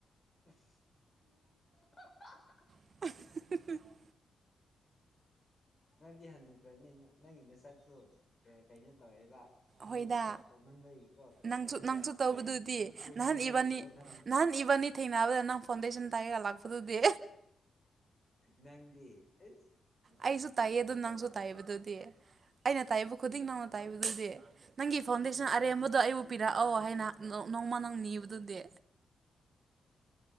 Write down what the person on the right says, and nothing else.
<unintelligible>
ꯍꯣꯏꯗ
ꯅꯪꯁꯨ
ꯅꯪꯁꯨ ꯇꯧꯕꯗꯨꯗꯤ
ꯅꯍꯥꯟ ꯏꯕꯥꯅꯤ
ꯅꯍꯥꯟ ꯏꯕꯥꯅꯤ ꯊꯦꯡꯅꯕꯗ ꯅꯪ ꯐꯥꯎꯟꯦꯁꯟ ꯊꯩꯔꯒ ꯂꯥꯛꯄꯗꯨꯗꯤ
ꯑꯩꯁꯨ
ꯇꯥꯏꯌꯦ
ꯑꯗꯨ ꯅꯪꯁꯨ
ꯇꯥꯏꯕꯗꯨꯗꯤ ꯑꯩꯅ ꯇꯥꯏꯕ ꯈꯨꯗꯤꯡ ꯅꯪꯅ ꯇꯥꯏꯕꯗꯨꯗꯤ ꯅꯪꯒꯤ
ꯐꯥꯎꯟꯗꯦꯁꯟ
ꯑꯔꯦꯝꯕꯗꯣ ꯑꯩꯕꯨ ꯄꯤꯔꯛꯑꯣ ꯍꯥꯏꯅ ꯅꯣꯡꯃ ꯅꯪ ꯅꯤꯕꯗꯨꯗꯤ